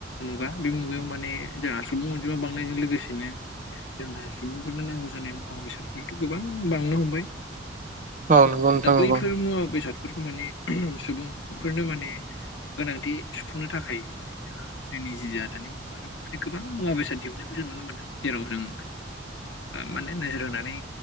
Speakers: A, on the left; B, on the right.
A: मुगा बे मुगायाव माने जोंहा सुबुं अनजिमा बांनायजों लोगोसेनो जोंहा सुबुंफोरनो नांगौ जानाय मुवा बेसादफोराथ' गोबां बांनो हमबाय
B: औ नंगौ नोंथां
A: दा
B: नंगौ
A: बैफोर मुवा बेसादफोरा सुबुंफोरनो माने गोनांथि सुफुंनो थाखाय जोंनि जि जा दानि मुगा बेफोरबायदि गोबां मुवा बेसाद दिहुननायखौ जों नुनो मोनदों। जेराव जों माने नोजोर होनानै